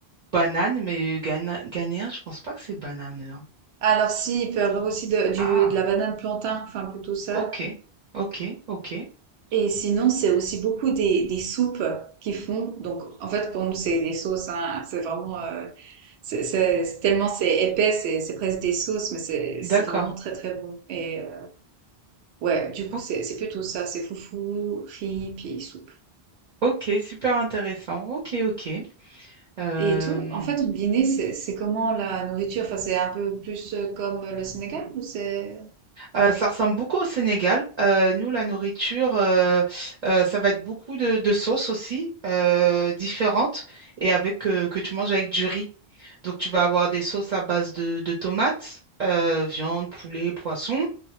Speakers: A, on the right; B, on the right.
A: banane, mais Ghana, ghanéen, je pense pas que c'est banane.
B: alors si, il peut y avoir aussi de, du,
A: Ah,
B: de la banane plantain, enfin plutôt ça.
A: ok, ok, ok.
B: Et sinon, c'est aussi beaucoup des, des soupes qu'ils font. Donc, en fait, pour nous, c'est des sauces. hein. C'est vraiment, euh, c'est, c'est- c'est tellement c'est épais, c'est, c'est presque des sauces, mais c'est,
A: D'accord.
B: c'est vraiment très très bon. Et euh, ouais, du coup,
A: O-
B: c'est, c'est plutôt ça. C'est foufou, riz, puis soupe.
A: Ok, super intéressant. Ok, ok. Euh,
B: Et tout, en fait, combiné, c'est, c'est comment la nourriture? Enfin, c'est un peu plus euh, comme le Sénégal ou c'est...
A: euh, ça ressemble beaucoup au Sénégal. Euh, nous, la nourriture, euh, euh, ça va être beaucoup de, de sauces aussi, euh, différentes, et avec euh, que tu manges avec du riz. Donc, tu vas avoir des sauces à base de, de tomates, euh, viande, poulet, poisson.